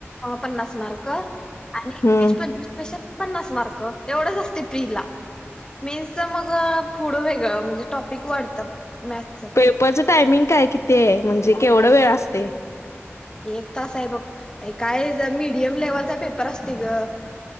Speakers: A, on the left; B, on the left.
A: पन्नास मार्क आणि
B: हम्म
A: इज पंचवीस क्वेशन, पन्नास मार्क एवढं जास्त प्रिला. मेन्सच मग पुढं वेगळं म्हणजे टॉपिक वाढतं मॅथच
B: पेपरचं टायमिंग काय किती आहे म्हणजे केवढा वेळ असते
A: एक तास आहे बघ काय ज मीडियम लेवलचा पेपर असतंय गं.